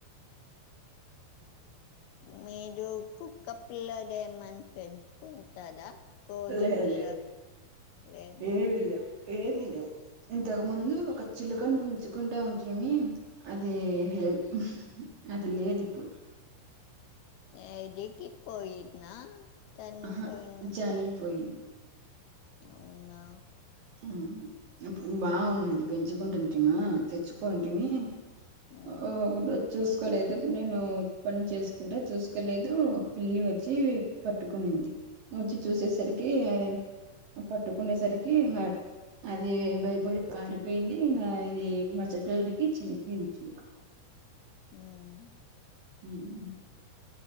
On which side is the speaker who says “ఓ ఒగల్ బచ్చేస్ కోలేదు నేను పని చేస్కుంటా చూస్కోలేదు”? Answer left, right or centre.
Right